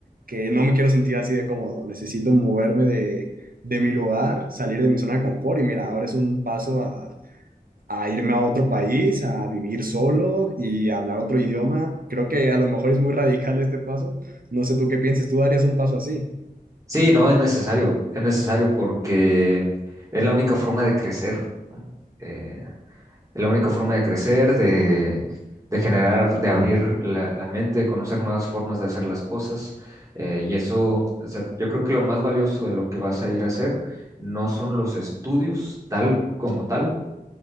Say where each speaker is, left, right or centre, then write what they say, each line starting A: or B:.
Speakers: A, on the right; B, on the right.
A: que no me quiero sentir así de cómodo, necesito moverme de, de mi lugar, salir de mi zona de confort y mira, ahora es un paso a, a irme a otro país, a vivir solo y a hablar otro idioma. Creo que a lo mejor es muy radical este paso. No sé tú qué piensas, tú darías un paso así.
B: Sí, no, es necesario, es necesario porque es la única forma de crecer, ¿no? Eh, es la única forma de crecer, de, de generar, de abrir la, la mente, de conocer nuevas formas de hacer las cosas. eh, y eso, o sea, yo creo que lo más valioso de lo que vas a ir a hacer no son los estudios tal como tal.